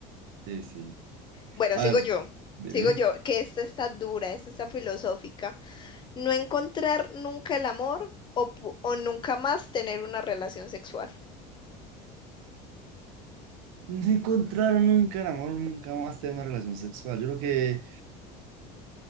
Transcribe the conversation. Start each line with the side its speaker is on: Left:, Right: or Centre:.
Right: Sí, sí.
Left: Bueno,
Right: A
Left: sigo
Right: ver,
Left: yo,
Right: dime.
Left: sigo yo, que esta está dura, esta está filosófica. No encontrar nunca el amor o, pu- o nunca más tener una relación sexual.
Right: No encontraron nunca el amor, nunca más tener una relación sexual. Yo creo que